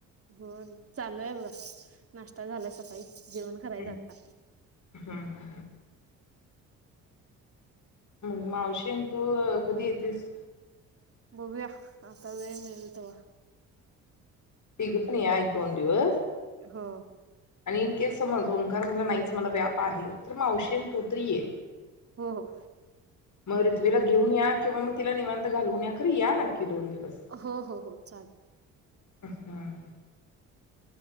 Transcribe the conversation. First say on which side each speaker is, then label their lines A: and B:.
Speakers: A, on the right (about 35°); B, on the left (about 50°).
A: होनं चालू आहे बघा नाश्ता झाला सकाळी जेवण करायच
B: हं
A: आता
B: हं. मंग मावशी न तू कधी येतीस.
A: बघूया आता वेळ मिळल तवा
B: तिघ पण या एक दोन दिवस
A: हो
B: आणि इन केस समज ओंकार म्हटला नाहीच मला व्याप आहे तर मावशी अन तू तर ये.
A: हो हो
B: म रिथ्वीला घेऊन या किंवा मग तिला निवांत घालवून या खर या नक्की दोन दिवस.
A: हो हो हो चाल-
B: हं